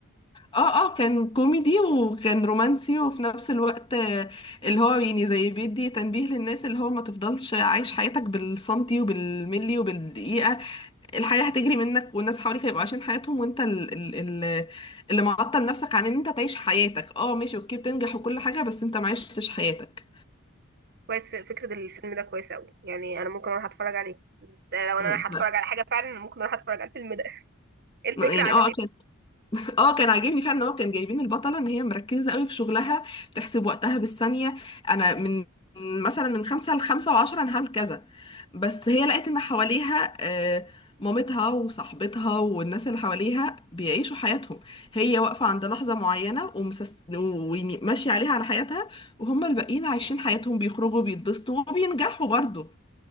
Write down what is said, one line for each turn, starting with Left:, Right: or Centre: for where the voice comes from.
Left: اه اه كان كوميدي وكان رومانسي وفي نفس الوقت آه، اللي هو يعني زي بيدي تنبيه للناس اللي هو ما تفضلش عايش حياتك بالسنتي وبالملي وبالدقيقة الحياة هتجري منك والناس حواليك هيبقوا عايشين حياتهم وانت ال- ال- ال- اللي معطل نفسك عن ان انت تعيش حياتك اه ماشي اوكي بتنجح وكل حاجة بس انت ما عشتش حياتك
Right: كويس ف- فكره الفيلم ده كويسه قوي يعني انا ممكن اروح اتفرج عليه ده لو انا
Left: مم.
Right: رايحه اتفرج على حاجه فعلا ممكن اروح اتفرج على الفيلم ده <laughs> الفكره
Left: يعني
Right: عجبتني
Left: اه <laughs> اه كان عاجبني فعلا ان هو كان جايبين البطله ان هي مركزه قوي في شغلها بتحسب وقتها بالثانيه انا من مثلا من خمسة لخمسة وعشرة انا هعمل كذا بس هي لقيت ان حواليها آه، مامتها وصاحبتها والناس اللي حواليها بيعيشوا حياتهم هي واقفة عند لحظة معينة ومسس... وماشية عليها على حياتها وهم الباقيين عايشين حياتهم بيخرجوا بيتبسطوا وبينجحوا برضه